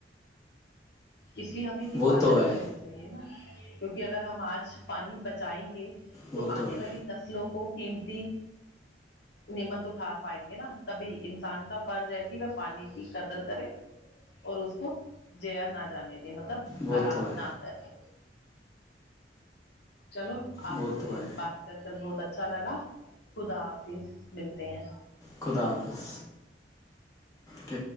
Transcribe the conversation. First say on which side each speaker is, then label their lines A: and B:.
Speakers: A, on the left; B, on the left.
A: اس کی ہمیں حفاظت
B: وہ تو ہے
A: کرنی چاہیے نا کیونکہ اگر ہم آج پانی بچائیں گے تو
B: وہ
A: آنے
B: ہے
A: والی نسلوں کو قیمتی نعمت اٹھا پائیں گے نا تبھی انسان کا فرض ہے کہ وہ پانی کی قدر کرے اور اس کو جیا ن جانے مطلب
B: وہ
A: خراب
B: تو ہے
A: نہ کریں چلو آپ
B: وہ
A: سے
B: تو ہے
A: بات کر کر بہت اچھا اچھا لگا خدا حافظ ملتے ہیں
B: خدا حافظ ٹھ